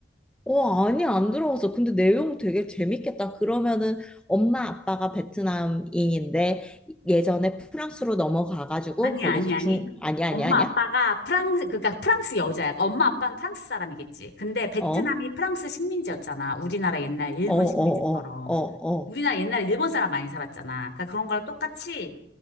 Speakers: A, in the centre; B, on the left.
A: 어, 아니, 안 들어봤어. 근데 내용 되게 재밌겠다. 그러면은 엄마 아빠가 베트남인인데 예전에 프랑스로 넘어가가지고
B: 아니,
A: 거기에서
B: 아니, 아니.
A: 중, 아니야,
B: 엄마
A: 아니야, 아니야?
B: 아빠가 프랑스, 그러니까 프랑스 여자야. 엄마 아빠는 프랑스 사람이겠지. 근데 베트남이
A: 어? 어,
B: 프랑스 식민지였잖아. 우리나라 옛날 일본
A: 어, 어,
B: 식민지처럼.
A: 어, 어.
B: 우리나라 옛날에 일본 사람 많이 살았잖아. 그러니까 그런 거랑 똑같이